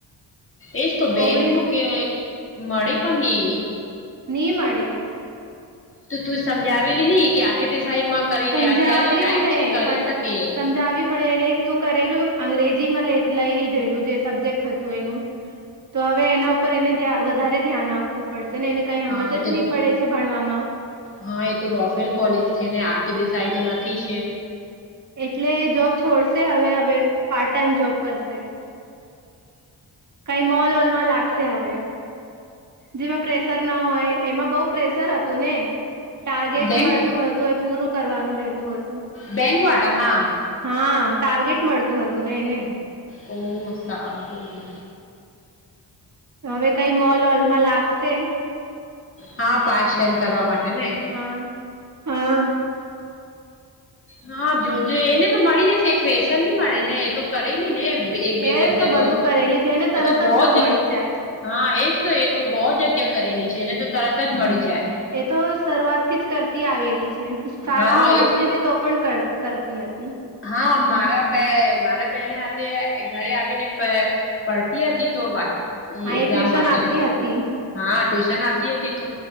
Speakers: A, on the left (about 30°); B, on the right (about 45°).
A: એજ તો બેંક
B: ઓગણીસ
A: નું કે મળે પણ નહી.
B: ની મળે.
A: તો તું સમજાવેલી નહી કે આ કે દિસાઈમાં કરી
B: સમજાવ્યું
A: લે અત્યારે તો ટાઈમ
B: મેં
A: છે કરી
B: પણ
A: શકીએ.
B: સમજાવી પણ એને શું કરેલું અંગ્રેજીમાં લઈ લીધેલું જે સબ્જેક્ટ હતું એનું તો હવે એના ઉપર એને વધારે ધ્યાન આપવું પડશે ને એને કઈ સમજ
A: હા
B: જ
A: તો
B: નહી પડે છે ભણવામાં.
A: હા એ તો રોફેલ કોલેજ છે ને આર કે દેસાઈ તો નથી છે.
B: એટલે જોબ છોડશે હવે હવે પાર્ટ ટાઈમ જોબ કરશે. કઈ મોલ વોલ માં લાગશે હવે. જેમાં પ્રેશર ના હોય એમાં બહુ પ્રેશર હતું ને ટાર્ગેટ
A: બેંક
B: મળતું હતું એ પૂરું કરવાનું રહેતું હતુ.
A: બેંકવાળા માં
B: હા ટાર્ગેટ મળતું હતું ને એને
A: ઓ સારુ
B: તો હવે કઈ મોલ વોલમાં લાગશે
A: હા પાચ ટાઈમ કરવા માટે ને
B: હા. હા
A: હા જોજ એને તો મળી જશે ફેશન નની મળે ને તો કરેલી ને એક બે
B: એ
A: જગ્યા
B: બધું
A: તો
B: કરેલી છે એને તરત
A: એ તો બહ
B: જોબ
A: જ
B: મળી જાય છે
A: હા એજ તો એ તો બહુ જ જગ્યા કરેલી છે એને તો તરત જ મળી જાય
B: એ તો શરૂઆત થી જ કરતી આવેલી છે શાળામાં
A: હા
B: ભરતી
A: એજ
B: હતી તો પણ કરતી કરતી હતી.
A: હા મારા બે મારા બેને હાથે ઘરે આવીને પડતી હતી તો
B: હા
A: એક્ઝામ
B: એ ટ્યુશન
A: માટે
B: આવતી હતી
A: હા ટ્યુશન આપતી હતી તો